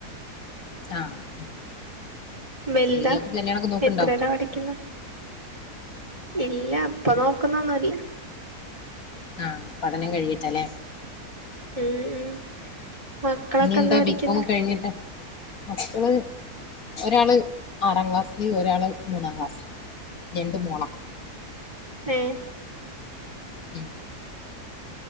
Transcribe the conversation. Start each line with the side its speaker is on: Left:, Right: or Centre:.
Left: ആ ഉം.
Right: വെൽതാ
Left: ശരി ഇയാൾക്ക് കല്യാണൊക്കെ നോക്കുന്നുണ്ടോ
Right: എത്രേലാ പടിക്കുന്നെ ഇല്ല ഇപ്പൊ നോക്കുന്നോന്നുല്ല
Left: ആഹ് പഠനം കഴിയട്ടെലേ
Right: ഉം ഉം മക്കളൊക്കെ
Left: ഇനി എന്താ
Right: പഠിക്കുന്നെ
Left: ബികോം കഴിഞ്ഞിട്ട് മക്കള് ഒരാള് ആറാം ക്ലാസില് ഒരാള് മൂന്നാം ക്ലാസ്സില് രണ്ടും മോളാ
Right: ഏഹ്
Left: ഉം